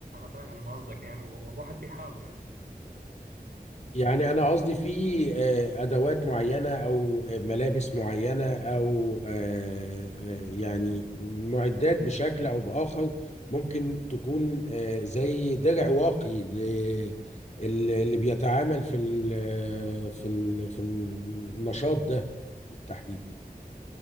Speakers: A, on the right; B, on the left.
A: فاهم قصدك يعني والواحد بيحاول يعني
B: يعني انا قصدي في آه، ادوات معينه او آه، ملابس معينه او آه، آه، يعني معدات بشكل او باخر ممكن تكون آه، زي درع واقي ل- اللي بيتعامل في ال آه، في ال في النشاط ده بالتحديد